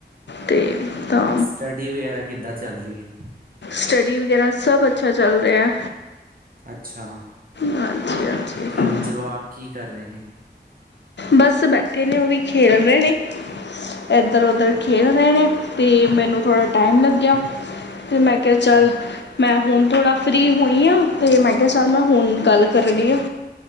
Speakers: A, on the left (about 80°); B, on the right (about 50°).
A: ਤੇ ਤਾਂ।
B: ਸਟੱਡੀ ਵਗੈਰਾ ਕਿੱਦਾਂ ਚੱਲ ਰਹੀ ਹੈ?
A: ਸਟੱਡੀ ਵਗੈਰਾ ਸਭ ਅੱਛਾ ਚੱਲ ਰਿਹਾ।
B: ਅੱਛਾ।
A: ਹਾਂਜੀ ਹਾਂਜੀ
B: ਤੇ ਜਵਾਕ ਕੀ ਕਰ ਰਹੇ ਨੇ?
A: ਬਸ ਬੈਠੇ ਨੇ ਉਹ ਵੀ ਖੇਲ ਰਹੇ ਨੇ। ਇੱਧਰ ਉੱਧਰ ਖੇਲ ਰਹੇ ਨੇ, ਅਤੇ ਮੈਨੂੰ ਥੋੜ੍ਹਾ ਟਾਈਮ ਲੱਗਿਆ। ਫਿਰ ਮੈਂ ਕਿਹਾ ਚੱਲ
B: ਹੂੰ,
A: ਮੈਂ ਹੁਣ ਥੋੜ੍ਹਾ ਫਰੀ ਹੋਈ ਹਾਂ, ਅਤੇ ਮੈਂ ਕਿਹਾ ਸਕ ਮੈਂ ਹੁਣ ਗੱਲ ਕਰ ਰਹੀ ਹਾਂ।